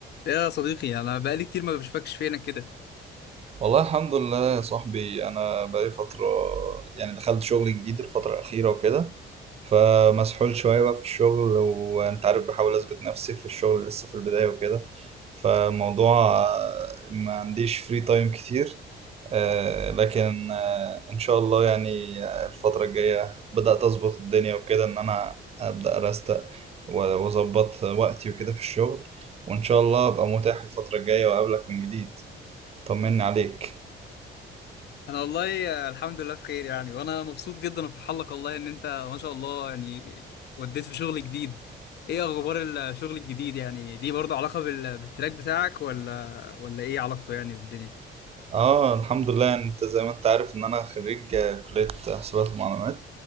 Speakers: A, on the left; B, on the right.
A: يا صديقي انا بقالي كتير ما بشوفكش فينا كده
B: والله الحمد لله يا صاحبي انا بقالي فتره يعني دخلت شغل جديد الفتره الاخيره وكده فمسحول شويه بقى في الشغل وانت عارف بحاول اثبت نفسي في الشغل لسه في البدايه وكده فموضوع آه، ما عنديش فري تايم كتير آه، لكن آه، ان شاء الله يعني آه، الفتره الجايه بدات اظبط الدنيا وكده ان انا ابدا ارستق و- واظبط وقتي وكده في الشغل وان شاء الله ابقى متاح الفتره الجايه واقابلك من جديد طمني عليك
A: انا والله آه، الحمد لله بخير يعني وانا مبسوط جدا وفرحان لك والله ان انت ما شاء الله يعني وديت في شغل جديد ايه اخبار الشغل الجديد يعني ليه برضه علاقة بال- بالتراك بتاعك ولا ولا ايه علاقته يعني بالدنيا
B: اه الحمد لله انت زي ما انت عارف ان انا خريج آه، كلية حسابات ومعلومات